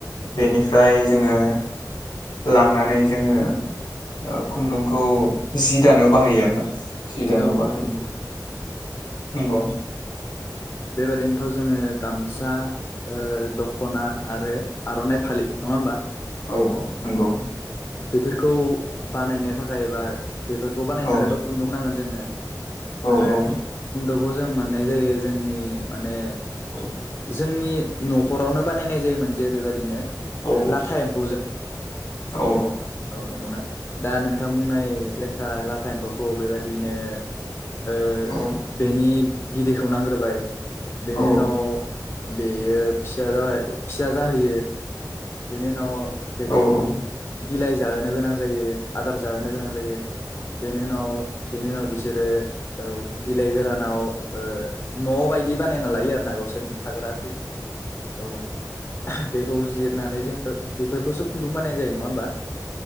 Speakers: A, on the left (about 85°); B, on the left (about 35°).
A: बेनिफ्राय जोङो लांनानै जोङोओ खुन्दुंखौ जि दानायाव बाहायो आरोना? जि दानायाव
B: औ
A: बाहायो
B: औ नंगौ
A: नंगौ
B: बेबादिनोथ जोङो गामसाओ दखना आरो आरनाइ फालि नङा ओमबा?
A: औ औ नंगौ।
B: बेफोरखौ बानायनो थाखाय बा बेफोरखौ बानायनो
A: औ
B: थाखाय' खुन्दुं नांगोन जोंनो
A: औ
B: आरो
A: औ
B: खुन्दखौ जों मोननाय जायो जोंनि माने
A: औ
B: जोंनि नखरावनो बानायनाय जायोमोन जे बेबायाददि बिदिनो
A: औ
B: ओ लाथा एम्फौजों
A: औ
B: औ नंगौना दा नोंथां बुंनाय लेखा ओ लाथा एम्फौखौ बेबायदिनो ओ
A: औ
B: बेनि बिदैखौ नांग्रोबाय बेनि
A: औ
B: उनाव बेयो फिसा जाबाय फिसा जाहोयो बेनि उनाव बेखौ
A: औ औ
B: बिलाइ जाहोनो गोनां जायो आदार जाहोनो गोनां जायो बेनि उनाव बेनि उनाव बिसोरो औ बिलाइ गोरानाव ओ न बायदि बानायना लायो आरोना गावसोरनि थाग्रा औ बेखौ जिरनानै जोङो बेफोरखौसो खन्दुं बानाय जायो नङा होमबा